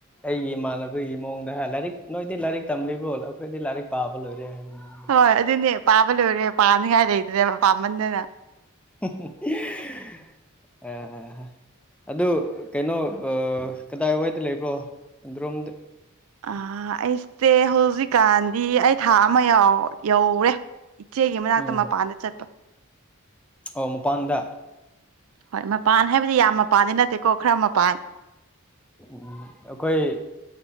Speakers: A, in the centre; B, on the right.
A: ꯑꯩꯒꯤ ꯏꯃꯥꯟꯅꯕꯒꯤ ꯃꯑꯣꯡꯗ ꯍꯥꯏ ꯂꯥꯏꯔꯤꯛ ꯅꯣꯏꯗꯤ ꯂꯥꯏꯔꯤꯛ ꯇꯝꯂꯤꯕ꯭ꯔꯣ ꯑꯩꯈꯣꯏꯗꯤ ꯂꯥꯏꯔꯤꯛ ꯄꯥꯕ ꯂꯣꯏꯔꯦ ꯍꯥꯏꯕꯅꯤ
B: ꯍꯣꯏ ꯑꯗꯨꯅꯦ ꯄꯥꯕ ꯂꯣꯏꯔꯦ ꯄꯥꯅꯤꯡꯉꯥꯏ ꯂꯩꯇ꯭ꯔꯦ ꯄꯥꯃꯟꯗꯅ
A: ꯑ ꯑ ꯑꯗꯨ ꯀꯩꯅꯣ ꯑ ꯀꯗꯥꯏꯋꯥꯏꯗ ꯂꯩꯕ꯭ꯔꯣ ꯑꯗꯨꯔꯣꯝꯗ
B: ꯑ ꯑꯩꯁꯦ ꯍꯧꯖꯤꯛꯀꯥꯟꯗꯤ ꯑꯩ ꯊꯥ ꯑꯃ ꯌꯧꯔꯦ ꯏꯆꯦꯒꯤ ꯃꯅꯥꯛꯇ
A: ꯎꯝ
B: ꯃꯄꯥꯟꯗ ꯆꯠꯄ
A: ꯑꯣ ꯃꯄꯥꯟꯗ
B: ꯍꯣꯏ ꯃꯄꯥꯟ ꯍꯥꯏꯕꯗꯤ ꯌꯥꯝ ꯃꯄꯥꯟꯗꯤ ꯅꯠꯇꯦꯀꯣ ꯈꯔ ꯃꯄꯥꯟ
A: ꯎꯝ ꯑꯩꯈꯣꯏ